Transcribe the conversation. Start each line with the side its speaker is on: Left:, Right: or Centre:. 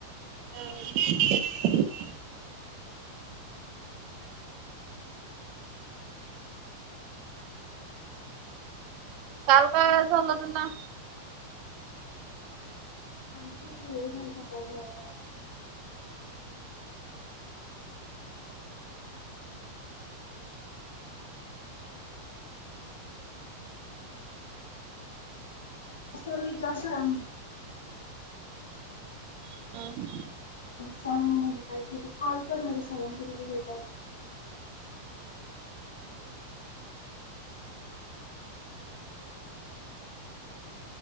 Right: हम्म काल काय झालं तुला?
Left: सांगितलो कि वेळ झालंता काल जायाला. तु विचार सरांना
Right: तुला
Left: सांग म्हण काय ते कॉल करणार सरांच्या तिथं गेल्यावर